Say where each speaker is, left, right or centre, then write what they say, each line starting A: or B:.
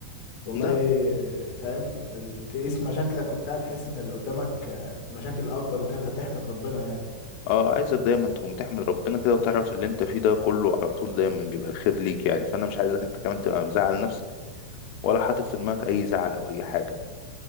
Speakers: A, on the left; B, on the left.
A: والله
B: ده
A: فاهم ال- تقيس مشاكلك وبتاع تحس ان اللي قدامك آه، مشاكل اكبر وكده فتحمد ربنا يعني
B: اه عايزك دايما تقوم تحمد ربنا كده وتعرف اللي انت فيه ده كله على طول دايما بيبقى الخير ليك يعني فانا مش عايزك انت كمان تبقى مزعل نفسك ولا حاطط في دماغك اي زعل او اي حاجة